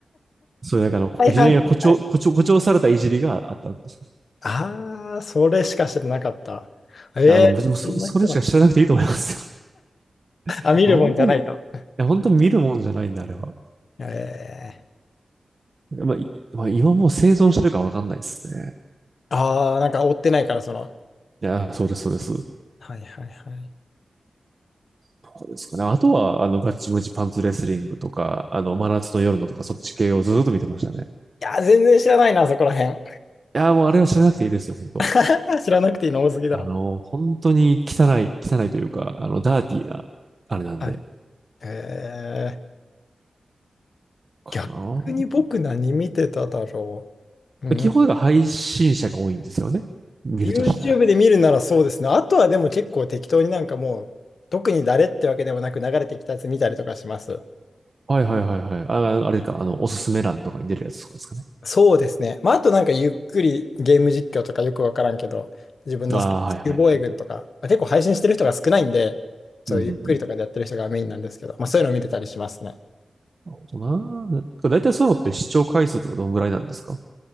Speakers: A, on the right (about 50°); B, on the left (about 70°).
A: そういう、なんかあの、こ非常に誇張、
B: はいはいはいはい。
A: 誇張、誇張されたいじりがあったわけですよ。
B: ああ、それしか知らなかった。ええ、
A: いや、あの、別にそ、
B: そんな人なんだ。
A: それしか知らなくていいと思いますよ。
B: あ、
A: <laughs>
B: 見るもんじゃないと。
A: 本当に、いや、本当に見るもんじゃないんで、あれは。
B: ええ。
A: まあ、いまあ、今もう生存してるかわかんないですね。
B: ああ、なんか追ってないから、その。
A: いや、そうです、そうです。
B: はいはいはい。い
A: とかですかね。あとは、あの、ガチムチパンツレスリングとか、あの、真夏の夜のとか、そっち系をずっと見てましたね。
B: やー、全然知らないな、そこら辺。
A: いやー、もうあれは知らなくていいですよ、本当。
B: <laughs> 知らなくていいの多すぎだろ。
A: あの、本当に汚い、汚いというか、あの、ダーティーな、あれなんで、
B: はい。えー、
A: かな。
B: 逆に僕何見てただろう。うん。
A: 基本が配信者が多いんですよね。見るとしたら。
B: YouTube で見るならそうですね。あとはでも結構適当になんかもう、特に誰ってわけでもなく流れてきたやつ見たりとかします。
A: はいはいはいはい。あ、あれか、あの、おすすめ欄とかに出るやつとかですかね。
B: そうですね。まあ、あとなんかゆっくりゲーム実況とかよくわからんけど、自分の好きな地球防衛軍とか、
A: ああ、はいはいはい。
B: まあ、結構配信してる人が少ないんで、そうゆっくりとかでやってる人がメインなんですけど、
A: うんうん。うん
B: まあ、そういうのを見てたりしますね。
A: なるほどな。だいたいそういうのって視聴回数とかどんぐらいなんですか